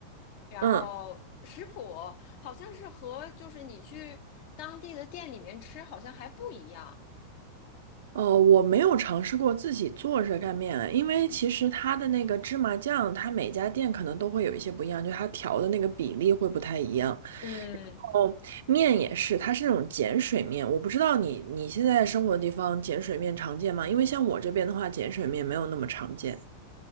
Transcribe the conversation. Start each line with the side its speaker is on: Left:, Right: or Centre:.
Left: 然后食谱好像是和就是你去当地的店里面吃好像还不一样。
Right: 嗯。哦，我没有尝试过自己做热干面啊，因为其实它的那个芝麻酱，它每家店可能都会有一些不一样，就它调的那个比例会不太一样。
Left: 嗯。
Right: 哦，面也是，它是那种碱水面，我不知道你你现在生活的地方碱水面常见吗？因为像我这边的话，碱水面没有那么常见。